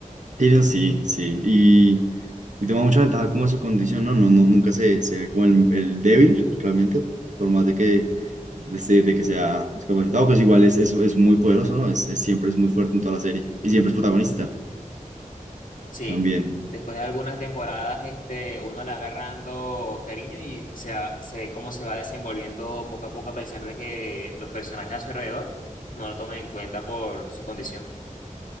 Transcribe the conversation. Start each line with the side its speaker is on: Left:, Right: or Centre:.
Right: Tyrion, sí, sí. Y toma mucha ventaja como de su condición, ¿no? No, no nunca se, se ve como el, el débil, realmente, por más de que, de, se- de que sea discapacitado, pues igual es, es, es muy poderoso, ¿no? Es, es- siempre es muy fuerte en toda la serie y siempre es protagonista
Left: Sí,
Right: también.
Left: después de algunas temporadas, este, uno le va agarrando cariño y se, va- se ve cómo se va desenvolviendo poco a poco, a pesar de que los personajes a su alrededor no lo tomen en cuenta por su condición.